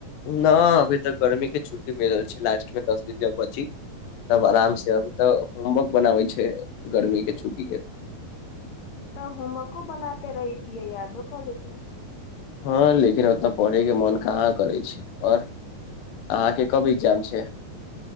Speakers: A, on the left (about 80°); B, on the left (about 70°).
A: ना, अभी तऽ गर्मी के छुट्टी मिलल छै, लास्ट में दस दिन जब बची तब आराम से अब तऽ होमवर्क बनाबै छैय, गर्मी के छुट्टी के।
B: तऽ होमवको बनाते रहीतियै, यादो कऽ लैती।
A: हँ लेकिन ओतऽ परहै के मन कहाँ करै छै? और आहाँ के कब जाम छै?